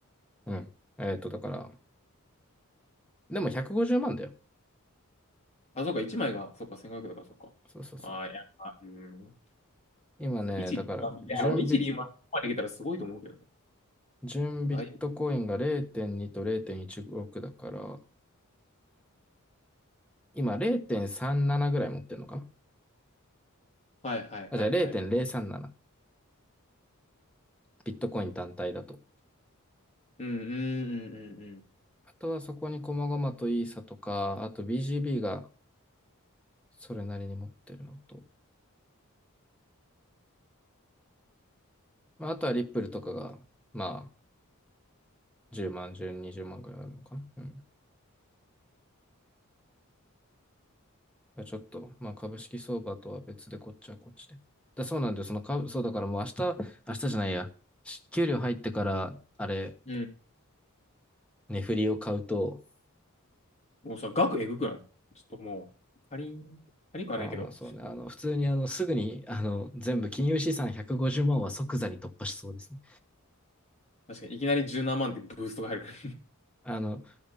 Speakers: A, in the centre; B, on the left (about 30°).
A: うん。えっと、だから、でも150万だよ。
B: あ、そうか、1枚が、そうか、1 5 0だから、そうか。
A: そうそうそう。
B: ああ、いや、まあうん。
A: 今ね、
B: 1、
A: だから、
B: 2番、いや、
A: 準備、
B: 俺1、2番までいけたらすごいと思うけどね。
A: 準ビットコインが0.2と0.16だから、
B: だい
A: 今0.37ぐらい持ってるのかな
B: はいはいはいはい。
A: あ、じゃあ0.037。ビットコイン単体だと。
B: うんうんうんうん
A: あとはそこに細々とイーサとか、あと BGB がそれなりに持ってるのと、まあ、あとはリップルとかが、まあ、10万、10、20万ぐらいあるのかなうん。まあちょっと、まあ株式相場とは別でこっちはこっちで。だそうなんだよ。その株、そうだからもう明日、明日じゃないや。し給料入ってから、あれ、
B: うん。うん。
A: 値振りを買うと、
B: もうさ、額えぐくないちょっともう、かリンカリンかはないけど、
A: まあまあそうね、あの普通にあのすぐにあの全部金融資産150万は即座に突破しそうですね。
B: 確かにいきなり十何万ってブーストが入るから
A: あの、